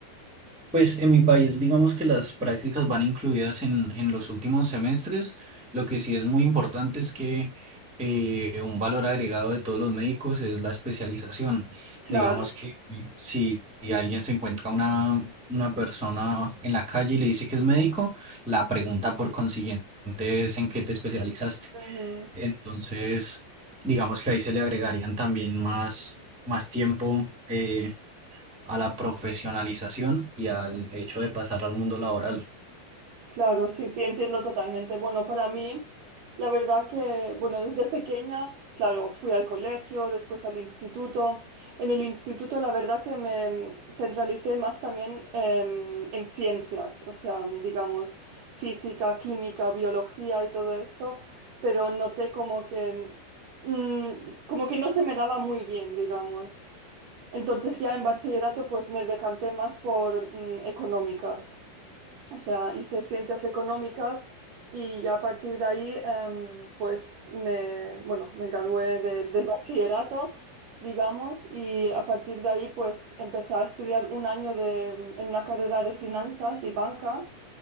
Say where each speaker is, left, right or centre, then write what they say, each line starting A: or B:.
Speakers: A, in the centre; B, on the right.
A: Pues en mi país, digamos que las prácticas van incluidas en, en los últimos semestres. Lo que sí es muy importante es que eh, un valor agregado de todos los médicos es la especialización.
B: Claro.
A: Digamos que si alguien se encuentra una, una persona en la calle y le dice que es médico, la pregunta por consiguiente es en qué te especializaste.
B: Ujú.
A: Entonces, digamos que ahí se le agregarían también más, más tiempo. eh, a la profesionalización y al hecho de pasar al mundo laboral.
B: Claro, sí, sí, entiendo totalmente. Bueno, para mí, la verdad que, bueno, desde pequeña, claro, fui al colegio, después al instituto. En el instituto, la verdad que me centralicé más también em, en ciencias, o sea, digamos, física, química, biología y todo esto, pero noté como que, mm, como que no se me daba muy bien, digamos. Entonces ya en bachillerato, pues me decanté más por mm, económicas. O sea, hice ciencias económicas y ya a partir de ahí, em, pues me, bueno, me gradué del, del bachillerato, digamos, y a partir de ahí, pues empecé a estudiar un año de, en una carrera de finanzas y banca